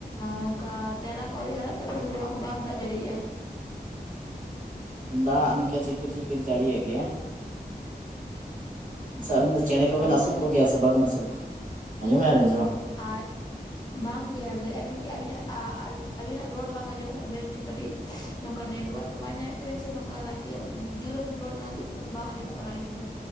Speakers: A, on the left; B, on the right.
A: ᱱᱚᱝᱠᱟ ᱪᱟᱨᱟ ᱠᱚ ᱟᱹᱣ ᱦᱟᱨᱟᱜ ᱛᱟᱯᱮ ᱵᱟᱝ ᱫᱟᱜ ᱡᱟᱲᱮᱭᱟᱜᱼᱟᱭ
B: ᱫᱟᱜ ᱱᱤᱝᱠᱟ ᱡᱷᱤᱯᱤᱨ ᱡᱷᱤᱯᱤᱨ ᱡᱟᱹᱲᱤᱭᱮᱜ ᱜᱮᱭᱟ
A: ᱦᱚᱸ
B: ᱟᱪᱪᱷᱟ ᱟᱹᱵᱤᱱ ᱫᱚ ᱪᱮᱬᱮ ᱠᱚᱵᱮᱱ
A: ᱟᱨ ᱞᱟᱹᱭᱮᱫᱼᱟ
B: ᱟᱹᱥᱩᱞ
A: ᱞᱤᱧ
B: ᱠᱚᱜᱮᱭᱟ
A: ᱠᱤ
B: ᱥᱮ ᱵᱟᱵᱮᱱ ᱟᱹᱥᱩᱞ ᱠᱚᱣᱟ ᱟᱸᱡᱚᱢᱮᱫᱼᱟ ᱵᱮᱱ ᱥᱮ ᱵᱟᱝ
A: ᱟᱨ ᱵᱟᱝ ᱜᱮ ᱞᱟᱹᱭᱮᱫ ᱠᱤ ᱟᱹᱞᱤᱧ ᱟᱹᱞᱤ ᱟᱹᱵᱤᱱᱟᱜ ᱨᱚᱲ ᱵᱟᱝ ᱟᱸᱡᱚᱢᱚᱜ ᱠᱟᱱᱟ ᱵᱮᱥᱴᱷᱤᱠ ᱠᱟᱹᱴᱤᱡ ᱱᱚᱝᱠᱟ ᱱᱮᱴᱳᱣᱟᱨᱠ ᱵᱟᱭ ᱧᱟᱢᱮᱫ ᱛᱟᱵᱤᱱ ᱥᱮ ᱱᱚᱝᱠᱟ ᱨᱟᱹᱜᱤ ᱡᱳᱨ ᱵᱟᱵᱤᱱ ᱨᱚᱲ ᱚᱱᱟ ᱞᱟᱹᱜᱤᱫ ᱵᱟᱝ ᱟᱸᱡᱚᱢᱚᱜ ᱠᱟᱱᱟ ᱟᱞᱤᱧ ᱴᱷᱮᱡ